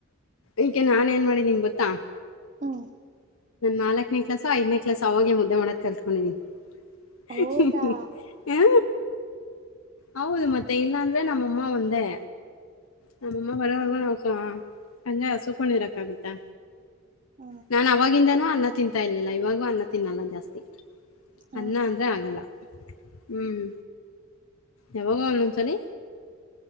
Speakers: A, on the left; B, on the right.
A: ಅದಕ್ಕೆ ನಾನ್ ಏನ್ ಮಾಡಿದ್ದಿನಿ ಗೊತ್ತಾ?
B: ಹ
A: ನಾಲ್ಕನೇ ಕ್ಲಾಸೊ ಐದನೇ ಕ್ಲಾಸೊ ಆವಾಗ್ಲೇ ಅಡ್ಗೆ ಮಾಡೋದು ಕಲ್ತ್ಕೊಂಡಿದ್ದನಿ
B: ಹೌದಾ
A: ಹಃ ಹಃ ಹ ಯಾ ಹೌದು ಮತ್ತೆ ಇಲ್ಲಾಂದ್ರೆ ನಮ್ಮಮ್ಮ ಒಂದೇ ನಮ್ಮಮ್ಮ ಬರೋವರ್ಗೂ
B: ಹ್ಮ್
A: ನಾವುಕ ಹಂಗೆ ಹಸೂಕೊಂಡಿರಕ್ಕಾಗುತ್ತಾ
B: ಹ
A: ನಾ ಅವಾಗಿಂದಾನೂ ಅನ್ನ ತಿಂತಾ ಇರರ್ಲಿಲ್ಲ ಇವಾಗೂ ಅನ್ನ ತಿನ್ನಲ್ಲ ಜಾಸ್ತಿ
B: ಹ
A: ಅನ್ನ
B: ಹಾ
A: ಅಂದೆ ಆಗಲ್ಲ ಹ್ಮ್ ಯಾವಾಗೋ ಒಂದೊಂದು ಸರಿ